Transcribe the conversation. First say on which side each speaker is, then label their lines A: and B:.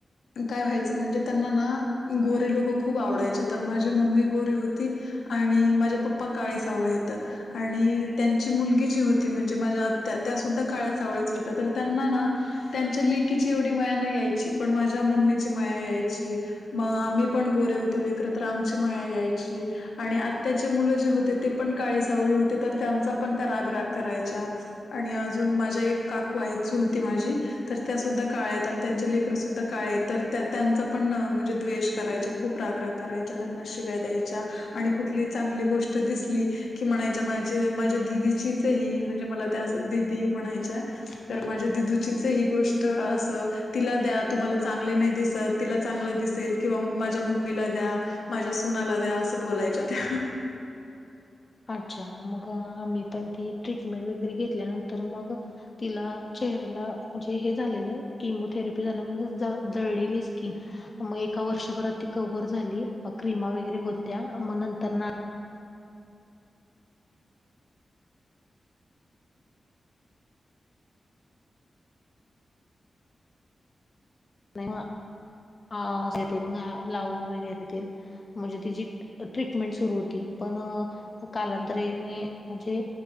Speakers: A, on the left; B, on the left.
A: काय व्हायचं म्हणजे त्यांना ना गोरे लोक खूप आवडायचे तर माझी मम्मी गोरीे होती. आणि माझे पप्पा काळे सावळे आहेत. आणि त्यांची मुलगी जी होती म्हणजे माझ्या आत्या त्या सुद्धा काळया सावळ्याच होत्या तर त्यांना ना त्यांच्या लेकीची एवढी मया नाही यायची पण माझ्या मम्मीची मया याय ची मग आम्ही पण गोरे होतो लेकर तर आमची मया यायची. आणि आत्याचे मुलं जे होते ते पण काळी सावळी होते तर त्यांचा पण त्या रागराग करायच्या. आणि अजून माझ्या एक काकू आहेत, चुलती माझी तर त्या सुद्धा कळ्या आहेत आणि त्यांचे लेकर सुद्धा काळी आहेत, तर त्या त्यांचा पण म्हणजे द्वेष करायचा खूप राग राग करायच्या त्यांना शिव्या द्यायच्या आणि कुठली चांगली गोष्ट दिसली कि म्हणायच्या माझी माझ्या दिदीचीच हे ही म्हणजे मला त्या असं दिदी म्हणायच्या. तर माझ्या दिदूचीचय ही गोष्ट अस. तिला द्या तुम्हाला चांगले नाही दिसत, तिला चांगल दिसेल किंवा मग माझ्या मम्मीला द्या. माझ्या सुनाला द्या अस बोलायच्या त्या.
B: अच्छा, मग आम्ही पण ती ट्रीटमेंट वगैरे घेतल्यानंतर मग तिला चेहऱ्याला म्हणजे हे झालेल केमोथेरपी झाल्यामुळ म्हणजे जळलेली स्किन. मग एका वर्षभरात ती कव्हर झाली क्रीमा वगैरे होत्या मग नंतर नाही <unintelligible> येतील घा लावून वगैरे येतील म्हणजे तिची ट्रीटमेंट सुरु होती, पण कालांतराने म्हणजे